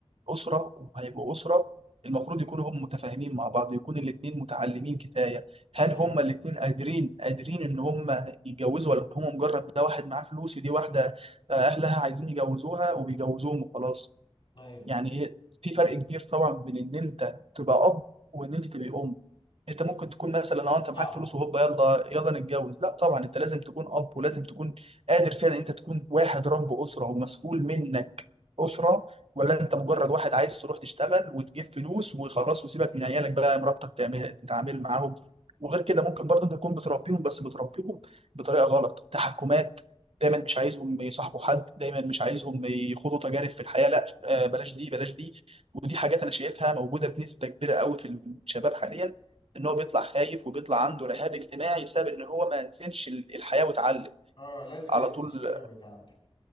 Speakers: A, on the right (about 70°); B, on the left (about 55°).
A: أسرة وهيبقوا أسرة المفروض يكونوا هم متفاهمين مع بعض يكون الاتنين متعلمين كفاية هل
B: ايوه
A: هم الاتنين قادرين قادرين إن هم يتجوزوا ولا هم مجرد ده واحد معاه فلوس ودي واحدة آه، أهلها عايزين يجوزوها وبيجوزوهم وخلاص
B: ايوه
A: يعني هي- في فرق كبير طبعا بين إن أنت تبقى أب وإن أنت تبقى أم انت ممكن تكون مثلا لو انت معاك
B: صعبة
A: فلوس وهوبا يلا يلا نتجوز لا طبعا انت لازم تكون اب ولازم تكون قادر فعلا انت تكون واحد رب اسره ومسؤول منك اسره ولا انت مجرد واحد عايز تروح تشتغل وتجيب فلوس وخلاص وسيبك من عيالك بقى مراتك تعمل تتعامل معاهم وغير كده ممكن برضه انت تكون بتربيهم بس بتربيهم بطريقه غلط تحكمات دايما مش عايزهم يصاحبوا حد دايما مش عايزهم يخوضوا تجارب في الحياه لا آه، بلاش دي بلاش دي ودي حاجات انا شايفها موجوده بنسبه كبيره قوي في الشباب حاليا ان هو بيطلع خايف وبيطلع عنده رهاب اجتماعي بسبب ان هو ما نسيتش ال- الحياه واتعلم
B: اه لازم
A: على
B: ينزل
A: طول
B: الشارع ويتعامل